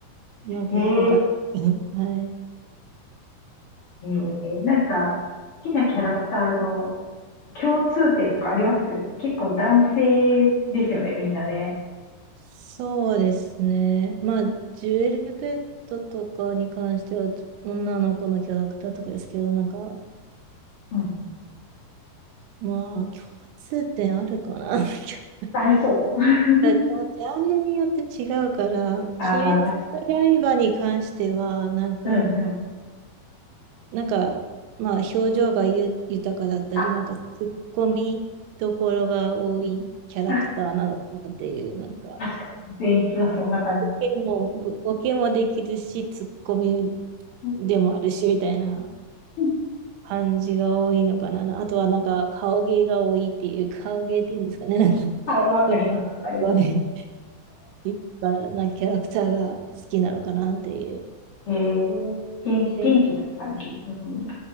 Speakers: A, on the right (about 90°); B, on the left (about 45°).
A: なんかよくわかんないけど。
B: へえ、
A: はい。
B: へえ、なんか、好きなキャラクターの共通点とかあります結構男性ですよね、みんなね。
A: そうですね。まあ、ジュエルペットとかに関しては、女の子のキャラクターとかですけど、なんか、
B: うん。
A: まあ、共通点あるかな。<laughs>
B: ありそう <laughs>
A: らジャンルによって違うから、鬼滅の刃に関しては、
B: あ、まあ確かに。
A: なんか、
B: うんうん。
A: なんか、まあ、表情がゆ豊かだったり、
B: あ、
A: なんか、ツッコミどころが多いキャラクターなのかなっていう、
B: うんあ、
A: なんか、
B: 確かに。全一はそんな感じ。
A: ボケも、ぼボケもできるし、ツッコミ
B: <laughs> うん
A: でもあるし、みたいな
B: うん
A: 感じが多いのかな。あとは、なんか、顔芸が多いっていう、顔芸っていうんですかね、なんか、<laughs>
B: はい、わかります、
A: す
B: わかります。
A: ごい、いっぱいなキャラクターが好きなのかなっていう。
B: えー、元、
A: で
B: 元気な感じ。うんうん